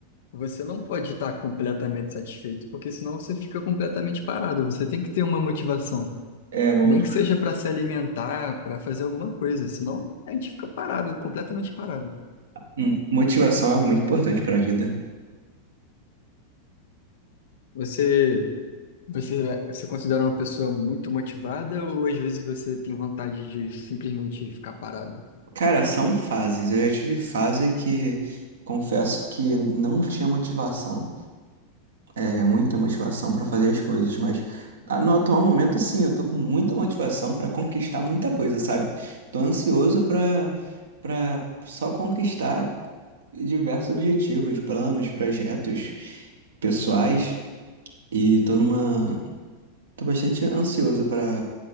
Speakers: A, on the left; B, on the right.
A: você não pode estar completamente satisfeito, porque senão você fica completamente parado. Você tem que ter uma motivação,
B: é uma
A: nem
B: motivação.
A: que seja para se alimentar, para fazer alguma coisa, senão a gente fica parado, completamente parado.
B: Hum, Motivação é algo muito importante pra vida.
A: Você, você, você considera uma pessoa muito motivada ou às vezes você tem vontade de simplesmente ficar parado?
B: Cara, são fases. Eu já tive fase que confesso que não tinha motivação. é, muita motivação para fazer as coisas, mas ah, no atual momento, sim, eu tô com muita motivação para conquistar muita coisa, sabe? Tô ansioso para para só conquistar diversos objetivos, planos, projetos pessoais e tô numa Tô bastante ansioso pra